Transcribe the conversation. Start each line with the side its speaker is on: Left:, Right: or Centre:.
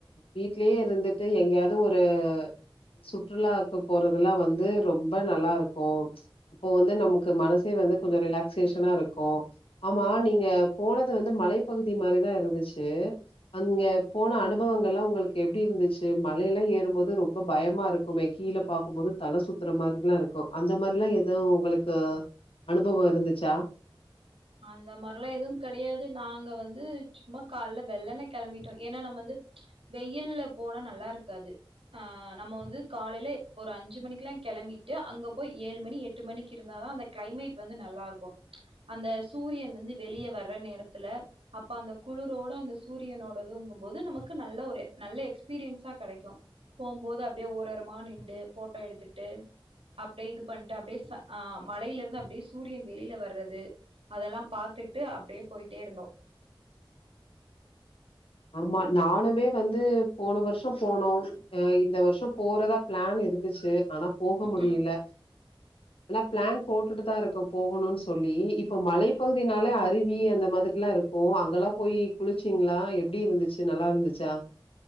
Left: வீட்லயே இருந்து ட்டு எங்கயாது ஒரு சுற்றுலாக்கு போறதுல்லா வந்து ரொம்ப நல்லா இருக்கு அப்போ வந்து நமக்கு மனசே வந்து கொஞ்சசோ ரிலாக்சேஷனா இருக்கு ஆமா நீங்க போனது வந்து மலைப்பகுதி மாரிதா இருந்துச்சு அங்க போன அனுபவங்கள்லா உங்களுக்கு எப்டி இருந்துச்சு மலையெல்லா ஏறும்போது ரொம்ப பயமா இருக்குமே கீழ பாக்கும்போது தல சுத்துற மாதிரில இருக்கு அந்த மாரிலா எது உங்களுக்கு அனுபவோ இருந்துச்சா
Right: அந்த மாரிலா எதுவு கெடயாது நாங்க வந்து சும்மா கால்ல வெள்ளன்ன கெளம்பிட்டோ ஏன்னா நம்ம வந்து வெயில்ல போனா நல்லாருக்காது ஆ நம்ம வந்து காலையில ஒரு அஞ்சு மணிக்குல்லா கிளம்பிட்டு அங்க போய் ஏழு மணி எட்டு மணிக்கு இருந்தாதான் அந்த கிளைமேட் வந்து நல்லா இருக்கு அந்த சூரியன் வந்து வெளியே வர்ற நேரத்துல அப்ப அந்த குளிரோட அந்த சூரியனோட இதுங்கும்போது நமக்கு நல்ல ஒரு நல்ல எக்ஸ்பீரியன்ஸா கிடைக்கு போம்போது அப்டியே ஒருஓரமா நின்டு போட்டோ எடுத்துட்டு அப்டியே இது பண்ணட்டு அப்டியே சா ஆ மலையில இருந்து அப்டியே சூரியன் வெளியில வர்றது அதெல்லாம பாத்துட்டு அப்டியே போயிட்டே இருந்தோ
Left: ஆமா நானுமே வந்து போன வருஷ போனோ அ இந்த வருஷ போறதா பிளான் இருந்துச்சு ஆனா போக முடியல
Right: ம்
Left: ஆனா பிளான் போட்டுட்டு தா இருக்கோ போகணுனு சொல்லி இப்ப மலைப்பகுதினாலே அருவி அந்த மாதிரிலா இருக் கு அங்கெல்லா போயி குளிச்சிங்களா எப்டி இருந்துச்சு நல்லா இருந்துச்சா